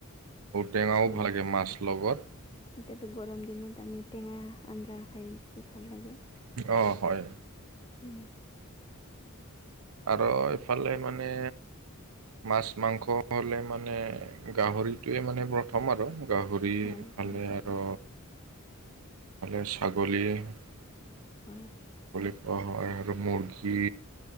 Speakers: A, on the right; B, on the left.
A: ঔটেঙাও
B: অ
A: ভাল লাগে মাছ লগত।
B: এতিয়াতো গৰম দিনত আমি টেঙা আঞ্জা খাই বেছি ভাল লাগে।
A: অ' হয়।
B: উ'ম।
A: আৰু ইফালে মানে মাছ মাংস হ'লে মানে গাহৰিটোৱে মানে প্ৰথম আৰু। গাহৰি
B: হয়
A: ইফালে
B: হয়
A: আৰু ইফালে ছাগলী। চাগলী
B: হয়
A: খোৱা হয় মূৰ্গী